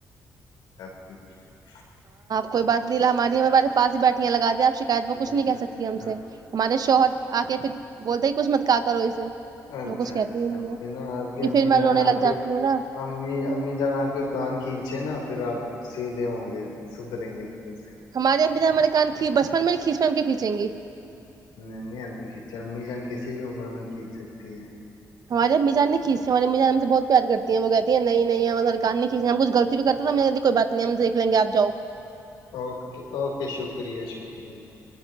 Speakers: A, on the left; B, on the right.
A: ی <unintelligible>
B: کوئی بات نہیں لا ہماری میںارے پس ہی بیٹھییا لگا دیا شکایت وہ
A: اچھا
B: کچھ نہیں کہ
A: اچھا
B: سکتی ہم
A: ہاں
B: سے ہمارے شوہر آ کے پھر بولتے ہی کچھ مت کا کرو اسے
A: اچھا
B: وہ کچھ کہتے
A: اچھا
B: ہی نہیں
A: وہی
B: ہے
A: نا آپ کی
B: کہ
A: امی
B: پھر میں
A: جانا
B: رونے لگ
A: آپ کے
B: جاتی ہوں نا
A: امی امی جانا آپ کے کان کھینچے نا پھر آپ سیدھے ہوں گے سدریں گے تھوڑے سے
B: ہمارے اھی ہمارے کان کھی بچپن میں کھینچ پ ہم کیا کھینچیں گی
A: نہیں نہیں ابھی کھینچا امی جان کسی بھی عمر میں کھینچ سکتی ہے
B: ہمارے میجان نے کھیچی ہمار مجان ہم سے بہت پیارتی ہے وہ کہتی ہیں نہیں ہمار سر کار نہیں کھیچی ہم کچ غلطی کر ہیں تو ہم کوئی بات نہیں ہم دیک لیں گے آپاؤ جاؤ
A: اوکے اوکے شکریہ شکریہ